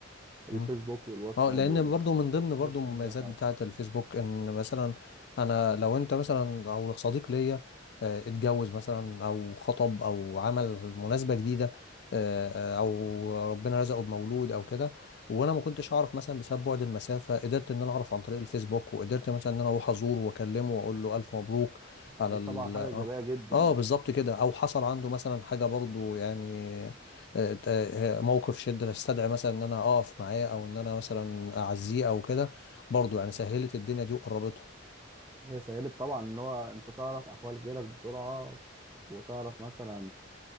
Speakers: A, on the right; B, on the left.
A: الفيسبوك
B: مم.
A: والواتساب
B: اه لان برضو من ضمن
A: والسوشيال
B: برضو المميزات
A: ميديا بتاعتك
B: بتاعه الفيسبوك ان مثلا انا لو انت مثلا او صديق ليا آه، اتجوز مثلا او خطب او عمل مناسبة جديدة آه، آه، او ربنا رزقه بمولود او كده وانا ما كنتش اعرف مثلا بسبب بعد المسافة قدرت ان انا اعرف عن طريق الفيسبوك وقدرت مثلا ان انا اروح ازوره واكلمه واقول له الف مبروك على
A: دي
B: ال
A: طبعا حاجه
B: اه
A: ايجابيه جدا
B: اه بالظبط كده او حصل
A: اه
B: عنده مثلا حاجة برضو يعني آه، موقف شدة تستدعي مثلا ان انا اقف معاه او ان انا مثلا اعزيه او كده برضو يعني سهلت الدنيا دي وقربتها
A: هي سهلت طبعا اللي هو انت تعرف احوال غيرك بسرعه وتعرف مثلا